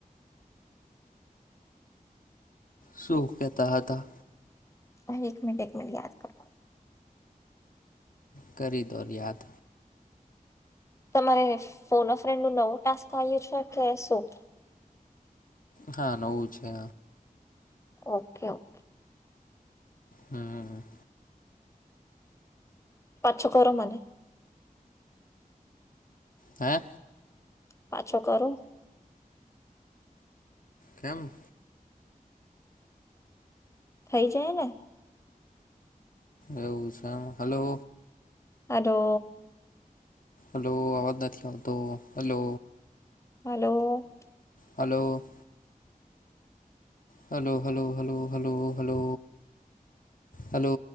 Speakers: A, on the left (about 65°); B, on the left (about 20°).
A: શું કહેતા હતા.
B: હ એક મિન્ટ એક મ યાદ કર.
A: કરી દર યાદ.
B: તમારે ફોન ફ્રેન્ડ નું નવો ટાસ્ક આવ્યો છે કે શું?
A: હા નવું છે.
B: ઓકે ઓ.
A: હમ.
B: પાછો કરો મને.
A: હે!
B: પાછો કરો.
A: ખેમ.
B: થઈ જાય ને.
A: એવું છે એમ હલો.
B: આદો.
A: હલો અવાજ નથી આવતો hello.
B: Hello.
A: Hello. Hello hello hello hello hello hello.